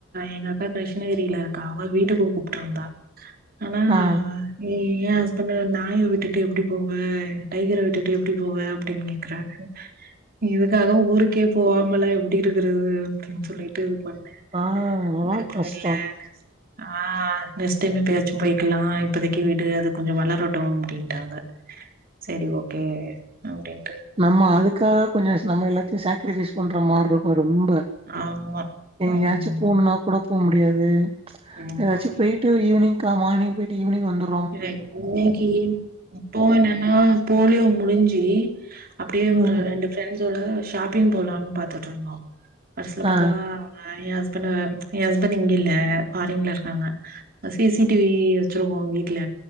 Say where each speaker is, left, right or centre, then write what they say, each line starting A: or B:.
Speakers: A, on the right; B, on the right.
A: எங்க அக்கா கிருஷ்ணகிரில இருக்கா அவ வீட்டுக்கு கூப்ட்ருந்தா ஆனா
B: ஆ
A: ம் ஏ ஹஸ்பண்டு நாய விட்டுட்டு எப்டி போவ டைகர விட்டுட்டு எப்டி போவ அப் அப்டினு கேக்குறாரு இதுக்காக ஊருக்கே போவாமல்லாம் எப்புடி இருக்குறது அப்புடின்னு சொல்லி ட்டு இது பண்ணேன்
B: ஆ அதெல்லா
A: அதுக்கப்புறம்
B: கஷ்டோ
A: இல்ல சொ ஆ நெக்ஸ்ட் டைம் எப்பயாச்சும் போய்க்கலா இப்பதைக்கு விடு அது கொஞ்சோ வளரட்டும் அப்டின்ட்டாங்க சேரி ஓகே அப்டின்
B: நம்ம அதுக்காக கொஞ்சம் நம்ம எல்லாத்தையும் சேக்ரிபைஸ் பண்ற மாதிரி இருக்கும் ரொம்ப
A: ஆமா
B: எங்கயாச்சும்
A: ஆமா
B: போணுனா கூட போ முடியாது
A: ஆமா
B: ஏதாச்சும் போயிட்டு ஈவினிங் கா மார்னிங் போயிட்டு ஈவினிங் வந்துரு
A: ம் இன்னைக்கு இப்போ என்னன்னா போலியோ முடிஞ்சு அப்டியே
B: ம்
A: ஒரு ரெண்டு ஃப்ரெண்ட்ஸோட ஷாப்பிங் போலாம்னு பாத்துட்டு இருந்தோம் கடைசில பாத்தா
B: ஆ
A: அ எ ஹஸ்பண்ட் எ ஹஸ்பண்ட் இங்கில்ல ஃபாரின்ல இருக்காங்க சிசிடிவி வச்சிருக்கோ வீட்ல